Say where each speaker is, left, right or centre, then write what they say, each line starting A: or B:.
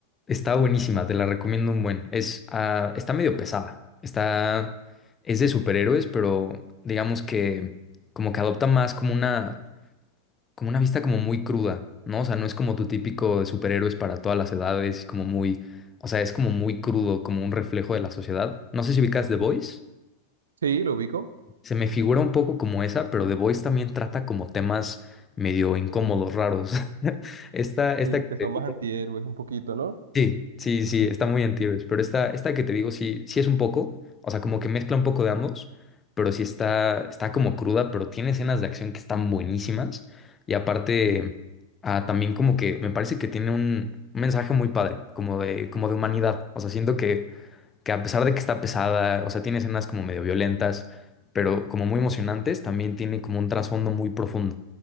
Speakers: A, on the left; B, on the right.
A: Está buenísima, te la recomiendo un buen. Es, ah, está medio pesada. Está, es de superhéroes, pero digamos que como que adopta más como una, como una vista como muy cruda, ¿no? O sea, no es como tu típico de superhéroes para todas las edades, como muy, o sea, es como muy crudo, como un reflejo de la sociedad. No sé si ubicas The Voice.
B: Sí, lo ubico.
A: Se me figura un poco como esa, pero The Voice también trata como temas medio incómodos, raros. <laughs> Esta, esta
B: Sí,
A: que
B: que
A: te
B: son
A: digo
B: más antihéroes un poquito, ¿no?
A: Sí, sí, sí, está muy anti-héroes, pero esta, esta que te digo sí, sí es un poco, o sea, como que mezcla un poco de ambos, pero sí está, está como cruda, pero tiene escenas de acción que están buenísimas y aparte ah, también como que me parece que tiene un, un mensaje muy padre, como de, como de humanidad, o sea, siento que, que a pesar de que está pesada, o sea, tiene escenas como medio violentas, pero como muy emocionantes, también tiene como un trasfondo muy profundo,